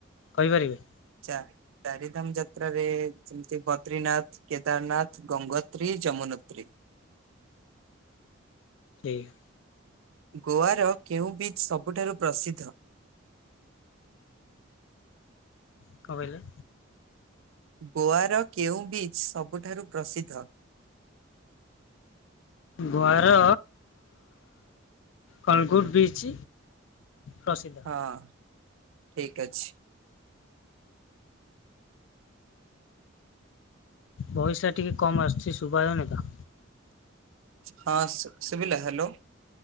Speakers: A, on the left; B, on the right.
A: କହିପାରିବେ?
B: ଚା-ଚାରିଧାମ ଯାତ୍ରାରେ ଯେମିତି ବଦ୍ରିନାଥ୍ କେଦାରନାଥ, ଗଙ୍ଗୋତ୍ରୀ, ଯମନୋତ୍ରୀ
A: ଠିକ୍।
B: ଗୋଆର କେଉଁ ବିଚ୍ ସବୁଠାରୁ ପ୍ରସିଦ୍ଧ?
A: କଣ କହିଲେ?
B: ଗୋଆର କେଉଁ ବିଚ୍ ସବୁଠାରୁ ପ୍ରସିଦ୍ଧ?
A: ଗୋଆର କଣଗୁଟ୍ ବିଚ୍ ପ୍ରସିଦ୍ଧ
B: ହଁ ଠିକ୍ ଅଛି।
A: ଭଏସ୍ ଟିକେ କମ ଆସୁଛି ସୁଭାଜାଉନି ତ
B: ହଁ ସୁ-ସୁଭିଲା ହାଲୋ